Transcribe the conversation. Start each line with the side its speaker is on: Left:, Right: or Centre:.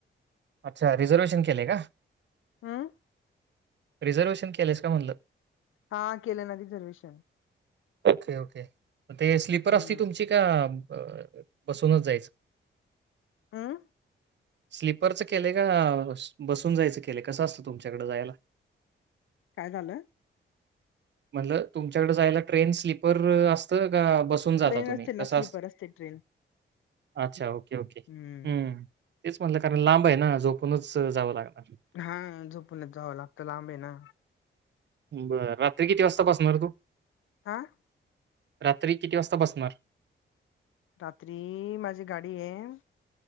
Right: अच्छा! रिझर्वेशन केलय का?
Left: हम्म.
Right: रिझर्वेशन केलंस का म्हणलं?
Left: हां केलं ना रिझर्वेशन.
Right: ओके. ओके. मग ते स्लीपर
Left: हम्म
Right: असतीं तुमची का? <inaudible> अं बसूनच जायचं?
Left: अं
Right: स्लीपरचं केलंय का? बसून जायचं केलंय, कसं असतं तुमच्याकडें जायला?
Left: काय झालंय?
Right: म्हणलं तुमच्याकडे जायला ट्रेन स्लीपर असतं का? बस- कुठूण जाता
Left: ट्रेन
Right: तुम्ही?
Left: असते ना
Right: कस असतं?
Left: स्लीपर असते ट्रेन.
Right: अच्छा! ओके! ओके्!
Left: हम्म
Right: हुं. तेच म्हणलं, कारण लांबयेनां झोपूनच जावं लागणार.
Left: हाः झोपूनच जावं लागतं लांबयेंना नां.
Right: बरं रात्री किती वाजता बसणार तू?
Left: हां-
Right: रात्री किती वाजता बसणार.
Left: रात्री माझी गाडी आहे